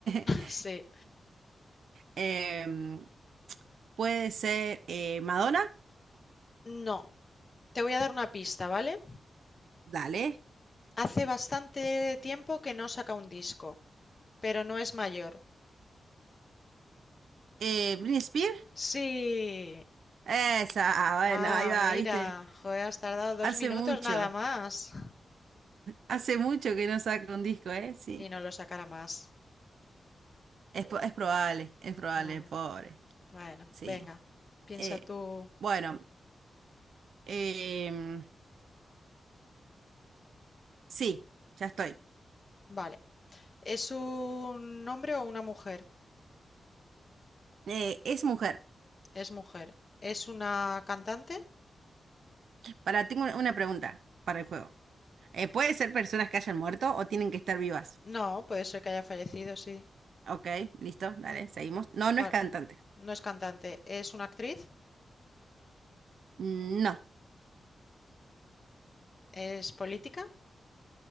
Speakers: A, on the right; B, on the left.
A: <laughs>
B: Sí.
A: Eh, Em, puede ser eh, Madonna,
B: No. Te voy a dar una pista, ¿vale?
A: dale.
B: Hace bastante tiempo que no saca un disco, pero no es mayor.
A: Eh, Britney Spears,
B: Sí.
A: esa, ah, bueno,
B: Ah,
A: ahí va,
B: mira.
A: viste.
B: Joder, has tardado
A: Hace
B: dos minutos
A: mucho,
B: nada más.
A: hace mucho que no saca un disco, ¿eh? Sí.
B: Y no lo sacará más.
A: Es, po- es probable, es
B: Es
A: probable,
B: probable.
A: pobre.
B: Bueno,
A: Sí.
B: venga. Piensa
A: Eh,
B: tú.
A: bueno, em, sí, ya estoy.
B: Vale. ¿Es un hombre o una mujer?
A: Eh, es mujer.
B: Es mujer. ¿Es una cantante?
A: Para, tengo una una pregunta para el juego. Eh, ¿puede ser personas que hayan muerto o tienen que estar vivas?
B: No, puede ser que haya fallecido, sí.
A: Ok, listo, dale, seguimos. No,
B: Vale.
A: no es cantante.
B: No es cantante. ¿Es una actriz?
A: No.
B: ¿Es política?